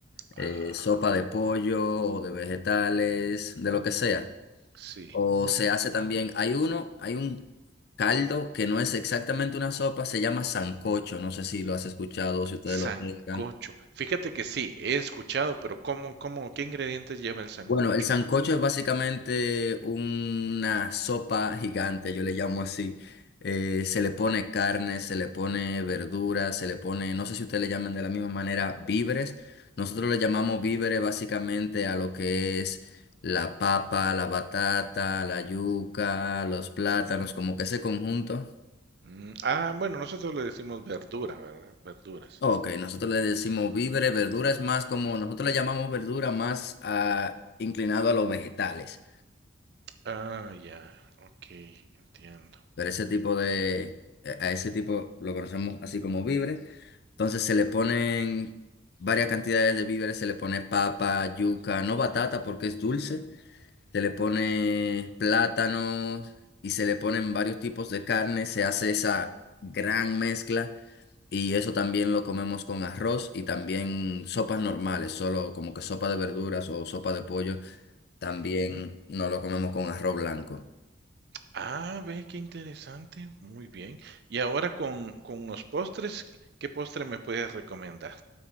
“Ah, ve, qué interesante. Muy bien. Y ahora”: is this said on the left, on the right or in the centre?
Right